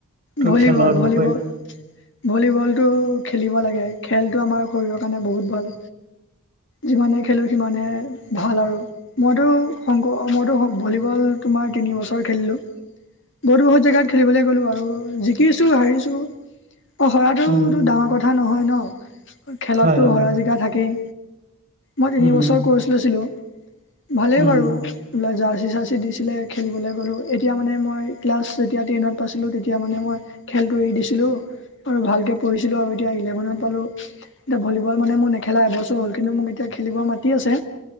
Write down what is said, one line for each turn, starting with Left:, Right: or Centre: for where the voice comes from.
Right: তোৰ
Left: ভলীবল
Right: খেলৰ বিষয়ে
Left: ভলীবল ভলীবলটো খেলিব লাগে খেলটো আমাৰ শৰীৰৰ কাৰণে বহুত ভাল। যিমানে খেলোঁ সিমানে ভাল আৰু মইতো শংকৰ মইতো ভলীবল তোমাৰ তিন বছৰ খেলিলোঁ
Right: <unintelligible>
Left: বহুত বহুত জেগাত খেলিবলে গ'লো আৰু জিকিছো হাৰিছো অ হৰাতোটো
Right: উম,
Left: ডাঙৰ কথা কথা নহয় ন খেলতো
Right: হয়, হয়,
Left: হৰা জিকা থাকেই মই তিন
Right: উম,
Left: বছৰ কৰ্চ লৈছিলো ভালেই
Right: উম,
Left: বাৰু বোলে জাৰ্চি চাৰ্চি দিছিলে খেলিবলৈ গ'লোঁ। এতিয়া মানে মই ক্লাছ যেতিয়া টেনত পাইছিলোঁ তেতিয়া মানে মই খেলটো এৰি দিছিলোঁ আৰু ভালকে পঢ়িছিলো আৰু এতিয়া ইলেভেনত পালো। এতিয়া ভলীবল মানে মোৰ নেখেলা এবছৰ হ'ল। কিন্তু মোক এতিয়া খেলিব মাতি আছে